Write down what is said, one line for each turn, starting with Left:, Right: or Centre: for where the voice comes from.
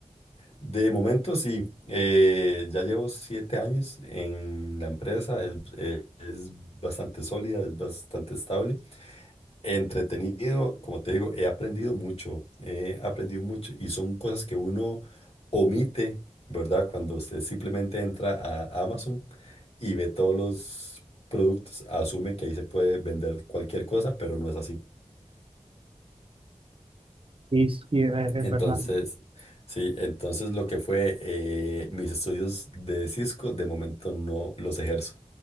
Left: De momento sí, eh, ya llevo siete años en la empresa, es, eh, es bastante sólida, es bastante estable. Entretenido, como te digo, he aprendido mucho, he aprendido mucho y son cosas que uno omite, ¿verdad? Cuando usted simplemente entra a Amazon y ve todos los productos, asume que ahí se puede vender cualquier cosa, pero no es así.
Right: Sí, sí, es, es
Left: Entonces,
Right: verdad.
Left: sí, entonces lo que fue eh, mis estudios de Cisco, de momento no los ejerzo.